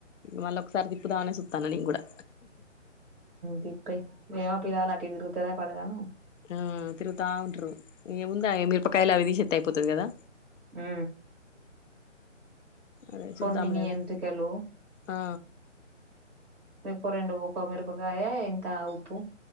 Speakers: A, on the left; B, on the right.
A: మళ్ళీ ఒకసారి తిప్పుదామనే చూస్తాను నేను కూడా
B: తిప్పే ఏమ పిలాలలా అటిదిరుకు తరా పడగాన
A: ఆ తిరుగుతా ఉంటారు ఏముందా మి రపకాయలా అవి తీసిస్తే అయిపోతుంది కదా
B: ఆ
A: అదే
B: కొన్ని
A: చూద్దాంలే
B: నీ
A: అని
B: ఎంటుకలు
A: ఆ
B: మీకు రెండు ఉకో మిరపకాయ ఇంత ఉప్పు